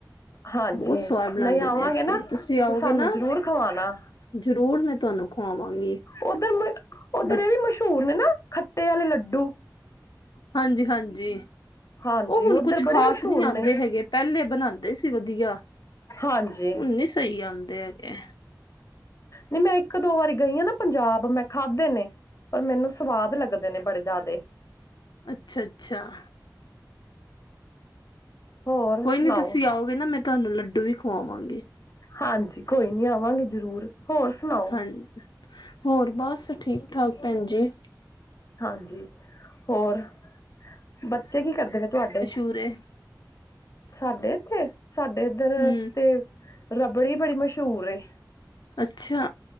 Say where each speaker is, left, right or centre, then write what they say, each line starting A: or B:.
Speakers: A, on the left (about 45°); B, on the left (about 85°).
A: ਹਾਂਜੀ
B: ਬਹੁਤ ਸਵਾਦ ਬਣਾਉਂਦੇ
A: ਨਈ ਆਵਾਂਗੇ
B: ਨੇ ਇੱਥੇ
A: ਨਾ
B: ਤੁਸੀਂ
A: 'ਤੇ
B: ਆਓਗੇ
A: ਸਾਨੂੰ
B: ਨਾ
A: ਜ਼ਰੂਰ ਖਵਾਣਾ।
B: ਜ਼ਰੂਰ ਮੈਂ ਤੁਹਾਨੂੰ ਖਵਾਵਾਂਗੀ
A: ਉੱਧਰ‌ ਮਸ ਉੱਧਰ
B: ਬ
A: ਏ ਵੀ ਮਸ਼ਹੂਰ ਨੇ ਨਾ ਖੱਟੇ ਆਲੇ ਲੱਡੂ।
B: ਹਾਂਜੀ-ਹਾਂਜੀ।
A: ਹਾਂਜੀ
B: ਉਹ ਹੁਣ
A: ਉਧਰ
B: ਕੁਛ ਖ਼ਾਸ
A: ਬੜੇ ਮਸ਼ਹੂਰ
B: ਨਹੀਂ ਆਉਂਦੇ
A: ਨੇ
B: ਹੈਗੇ ਪਹਿਲੇ ਬਣਾਉਂਦੇ ਸੀ ਵਧੀਆ,
A: ਹਾਂਜੀ।
B: ਹੁਣ ਨੀ ਸਹੀ ਆਂਦੇ ਹੈਗੇ।
A: ਨਹੀਂ ਮੈਂ ਇੱਕ ਦੋ ਵਾਰੀ ਗਈ ਹਾਂ ਨਾ ਪੰਜਾਬ ਮੈਂ ਖਾਧੇ ਨੇ, ਪਰ ਮੈਨੂੰ ਸਵਾਦ ਲੱਗਦੇ ਨੇ ਬੜੇ ਜਿਆਦੇ।
B: ਅੱਛਾ, ਅੱਛਾ।
A: ਹੋਰ
B: ਕੋਈ ਨੀ
A: ਸੁਣਾਓ
B: ਤੁਸੀਂ ਆਓਗੇ ਨਾ, ਮੈਂ ਤੁਹਾਨੂੰ ਲੱਡੂ ਵੀ ਖਵਾਵਾਂਗੀ।
A: ਹਾਂਜੀ ਕੋਈ ਨੀ ਆਵਾਂਗੇ ਜ਼ਰੂਰ। ਹੋਰ ਸੁਣਾਓ
B: ਹਾਂ ਹੋਰ ਬਸ ਠੀਕ ਠਾਕ ਭੈਣ ਜੀ।
A: ਹਾਂਜੀ, ਹੋਰ ਬੱਚੇ ਕੀ ਕਰਦੇ ਪਏ ਤੁਹਾਡੇ,
B: ਓਰੇ
A: ਸਾਡੇ ਇੱਥੇ ਸਾਡੇ ਇੱਧਰ
B: ਹੂੰ
A: ਤੇ ਰਬੜੀ ਬੜੀ ਮਸ਼ਹੂਰ ਏ,
B: ਅੱਛਾ।